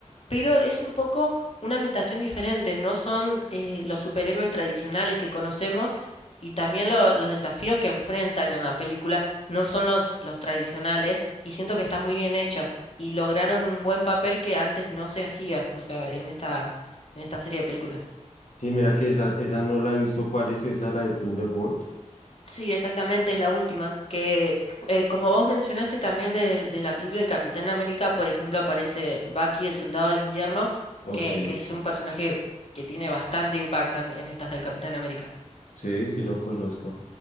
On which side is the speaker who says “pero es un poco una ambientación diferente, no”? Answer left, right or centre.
Left